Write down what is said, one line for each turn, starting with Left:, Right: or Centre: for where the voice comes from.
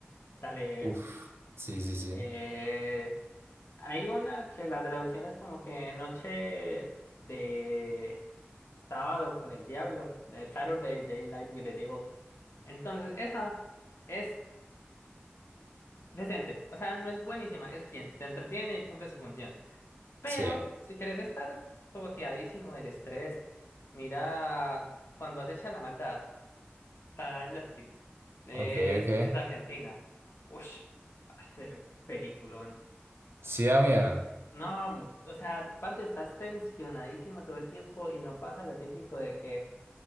Left: Dale.
Right: Uf, sí, sí, sí,
Left: eh, hay una que la traducción es como que noche de sábado con el diablo, de Saturday Daylight with the Devil. Entonces, esa es decente. O sea, no es buenísima, es bien. Te entretiene y cumple su función. Pero
Right: sí,
Left: si querés estar toteadísimo del estrés, mira cuando acecha la maldad, está en Netflix. Es,
Right: ok, ok,
Left: es de Argentina. Ush, parce, peliculón.
Right: sí da miedo,
Left: No, mu- o sea, parce, estás tensionadísimo todo el tiempo y no pasa lo típico de que,